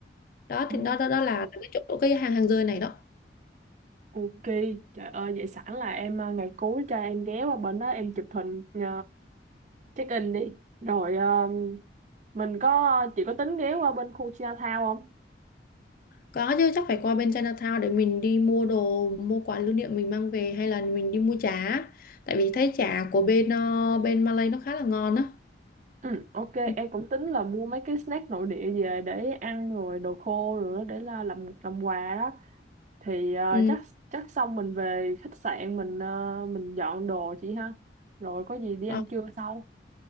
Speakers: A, on the left; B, on the right.
A: Đó
B: Ồ,
A: thì đó đó, đó là cái chỗ cái hang hang rơi này đó.
B: Ok, trời ơi, vậy sẵn là em ờ, ngày cuối cho em ghé qua bên đó em chụp hình ờ, check in đi. Rồi ờ, mình có chị có tính ghé qua bên khu Chinatown không?
A: Có chứ chắc phải qua bên Chinatown để mình đi mua đồ, mua quà lưu niệm mình mang về hay là mình đi mua chả. Tại vì thấy chả của bên ờ, bên Malay nó khá là ngon á.
B: Ừ, ok,
A: Ừ.
B: em cũng tính là mua mấy cái snack nội địa về để ăn rồi đồ khô rồi đó để là làm làm quà đó. thì ờ,
A: Ừ.
B: chắc chắc xong mình về khách sạn mình ờ, mình dọn đồ chị ha rồi có gì đi
A: Ờ,
B: ăn trưa sau